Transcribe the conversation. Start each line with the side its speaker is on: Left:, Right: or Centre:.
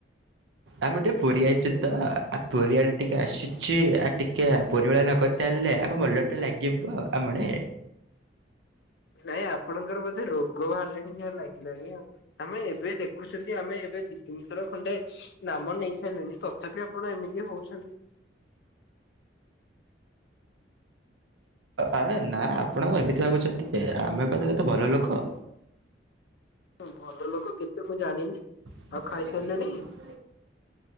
Right: ଆମେ ଟିକେ ପୁରୀ ଆଇଛୁ ତ ଆ ପୁରୀ ଆଡେ ଟିକେ ଆସିଛି ଆଉ ଟିକେ ପୁରୀ ଭଳିଆ ନକ ତାହେଲେ ଆଗ ମଲଟେ ଲାଗିବ ଆମଣି।
Left: ନାଇଁ ଆପଣଙ୍କର ବୋଧେ ରୋଗ ବାହାରିଲେଣି ଯାହା ଲାଗିଲାଣି ଆଉ ଆମେ ଏବେ ଦେ ଦେଖୁଛନ୍ତି ଆମେ ଏବେ ଦି ତିନିଥର ଖଣ୍ଡେ ନାମ ନେଇ ସାଇଲେଣି ତଥାପି ଆପଣ ଏମିତି ହଉଛନ୍ତି।
Right: ଆ ନା ଆପଣଙ୍କ ଏମିତି ଭାବୁଛନ୍ତି ଯେ ଆମେ ପା <unintelligible> କେତେ ଭଲ ଲୋକ।
Left: ହ ଭଲ ଲୋକ କେତେ ମୁଁ ଜାଣିନି।
Right: <inaudible>
Left: ଆଉ ଖାଇସାରିଲେଣି?